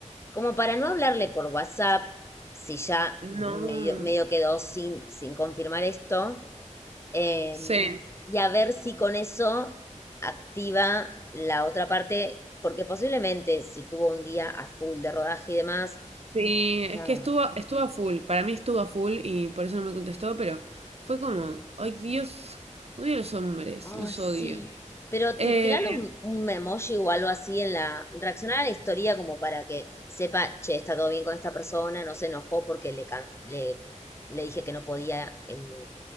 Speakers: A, on the left; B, on the right.
A: como para no hablarle por WhatsApp, si ya
B: No
A: medio, medio quedó sin, sin confirmar esto. eh,
B: sé.
A: y a ver si con eso activa la otra parte, porque posiblemente si tuvo un día a full de rodaje y demás,
B: Sí,
A: nada,
B: es que estuvo, estuvo a full. Para mí estuvo a full y por eso no me contestó, pero fue como, ay Dios, odio a los hombres,
A: ay,
B: los
A: sí,
B: odio.
A: pero
B: Eh,
A: ti- tirarle un, un emoji o algo así en la, reaccionar a la historia como para que sepa, che, está todo bien con esta persona, no se enojó porque le, can- le, le dije que no podía el,